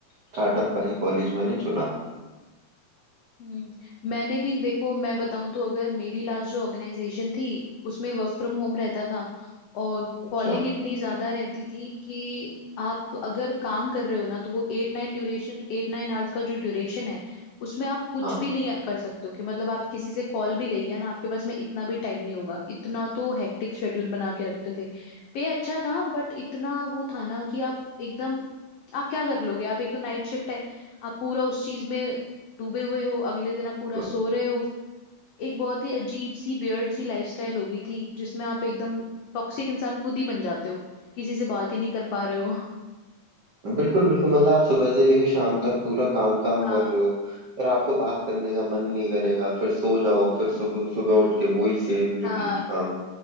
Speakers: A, on the right; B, on the left.
A: स्टार्टअप का ही कॉलेज मैंने चुना
B: हम्म मैंने भी देखो मैं बताऊं तो अगर मेरी लास्ट जो ऑर्गेनाइजेशन थी उसमें वर्क फ्रॉम होम रहता था और
A: अच्छा
B: कॉलिंग इतनी ज्यादा रहती थी कि आप अगर काम कर रहे हो ना तो वो eight nine duration eight nine hours का जो ड्यूरेशन है उसमें आप कुछ
A: हाँ
B: भी नहीं कर सकते हो कि मतलब आप किसी से कॉल भी ले लिया ना आपके पास में इतना भी टाइम नहीं होगा इतना तो हेक्टिक शेड्यूल बना के रखते थे पे अच्छा था बट इतना वो था ना कि आप एकदम आप क्या कर लोगे आप एक तो नाइट शिफ्ट है आप पूरा उस चीज में डूबे हुए हो अगले दिन आप पूरा
A: तो-
B: सो रहे हो एक बहुत ही अजीब सी वियर्ड सी लाइफस्टाइल हो गई थी जिसमें आप एकदम टॉक्सिक इंसान खुद ही बन जाते हो किसी से बात ही नहीं कर पा रहे हो
A: बिल्कुल बिल्कुल मतलब आप सुबह से लेके शाम तक पूरा काम काम
B: हाँ
A: कर रहे हो फिर आपको बात करने का मन नहीं करेगा फिर सो जाओ फिर सुबह सुबह उठ के वही सेम रिपीट
B: हाँ
A: काम